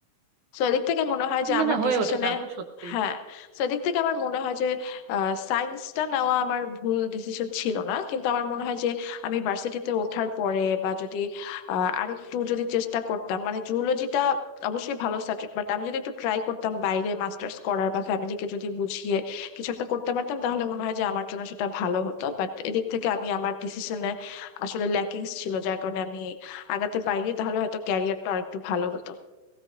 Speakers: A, on the left; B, on the right.
A: তো এদিক থেকে মনে হয় যে
B: না
A: আমার
B: না হয়ে
A: ডিসিশনে
B: ওঠে না গো সত্যি
A: হ্যাঁ তো এদিক থেকে আমার মনে হয় যে সায়েন্সটা নেওয়া আমার ভুল ডিসিশন ছিল না কিন্তু আমার মনে হয় যে আমি ভার্সিটিতে ওঠার পরে বা যদি আহ, আরো একটু যদি চেষ্টা করতাম মানে জুলজিটা অবশ্যই ভালো সাবজেক্ট বাট আমি যদি একটু ট্রাই করতাম বাইরে মাস্টার্স করার বা ফ্যামিলিকে যদি বুঝিয়ে কিছু একটা করতে পারতাম তাহলে মনে হয় যে আমার জন্য সেটা ভালো হতো বাট এদিক থেকে আমি আমার ডিসিশনে আসলে ল্যাকিংস ছিল যার কারণে আমি আগাতে পারিনি তাহলে হয়তো ক্যারিয়ারটা আরেকটু ভালো হতো